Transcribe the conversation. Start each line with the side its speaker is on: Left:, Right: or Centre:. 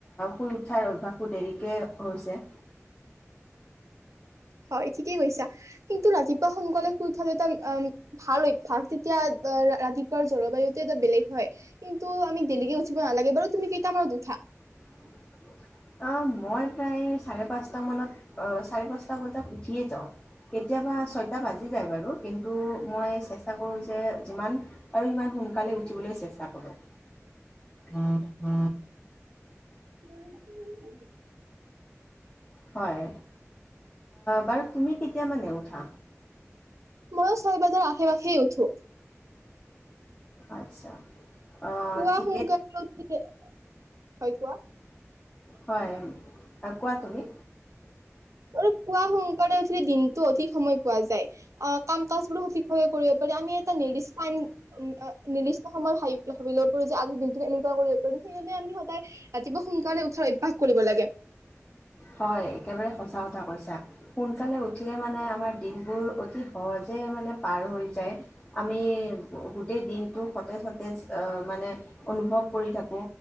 Left: শুই উঠাৰ অভ্যাসো দেৰিকে হৈছে
Right: হয় ঠিকেই কৈছা কিন্তু ৰাতিপুৱা সোনকালে শুই উঠিলে এটা অম ভাল অভ্যাস তেতিয়া অ ৰাতিপুৱাৰ জলবায়ুতে এটা বেলেগ হয় কিন্তু আমি দেৰিলৈকে উঠিব নালাগে বাৰু তুমি কেইটা মানত উঠা
Left: মই প্ৰায় চাৰে পাঁচটা মানত চাৰে পাঁচটা বজাত উঠিয়ে যাওঁ কেতিয়াবা ছয়টা বাজি যায় বাৰু কিন্তু মই চেষ্টা কৰো যে যিমান আৰু সিমান সোনকালে উঠিবলৈ চেষ্টা কৰোঁ উ উ
Right: উম উ
Left: হয় বাৰু তুমি কেতিয়া মানে উঠা
Right: মইয়ো ছয় বজাৰ আশে পাশে উঠো।
Left: আচ্ছা আহ,
Right: পুৱা
Left: ঠিকেই
Right: সোনকালে উঠো হয় কোৱা
Left: হয় কোৱা তুমি
Right: মই ত পুৱা সোন- কালে উঠিলে দিনটো অধিক সময় পোৱা যায়। অ কাম কাজ বুৰু সঠিক সময়ত কৰিব পাৰি আমি এটা নিৰ্দিষ্ট টাইম এ নিৰ্দিষ্ট সময় ভাবিব লৈ পৰি যে আজিৰ দিনটোন এনেকুৱা কৰি কোনোখিনিতে আমি সক- ৰাতিপুৱ সোনকালে উঠাৰ অভ্যাস কৰিব লাগে
Left: হয় একেবাৰে সঁচা কথা কৈছা সোনকালে উঠিলে মানে আমাৰ দিনবোৰ অতি সহজে মানে পাৰ হৈ যায় আমি গোটেই দিনটো সতেজ সতেজ আহ মানে অনুভৱ কৰি থাকো